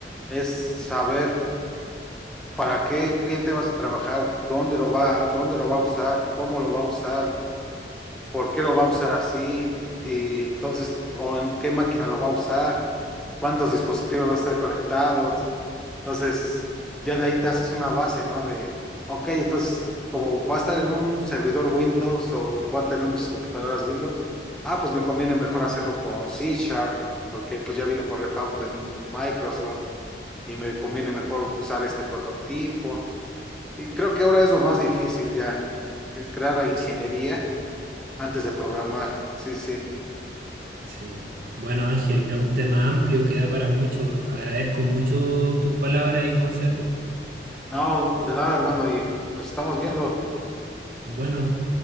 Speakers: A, in the centre; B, on the right.
A: es saber para qué cliente vas a trabajar, dónde lo va, dónde lo va a usar, cómo lo va a usar, por qué lo va a usar así, y entonces, o en qué máquina lo va a usar, cuántos dispositivos va a estar conectados. Entonces, ya de ahí te haces una base, ¿no? De, ok, entonces, como va a estar en un servidor Windows o va a tener muchas computadoras Windows, ah, pues me conviene mejor hacerlo con C Sharp, porque pues ya viene por repago de Microsoft y me conviene mejor usar este prototipo. Y creo que ahora es lo más difícil ya, que crear la ingeniería
B: sí,
A: antes de programar. Sí, sí.
B: sí. Bueno, Ángel, es un tema amplio que da para mucho. Agradezco mucho tus palabras y consejos.
A: No, de nada, hermano, y nos estamos viendo.
B: Bueno.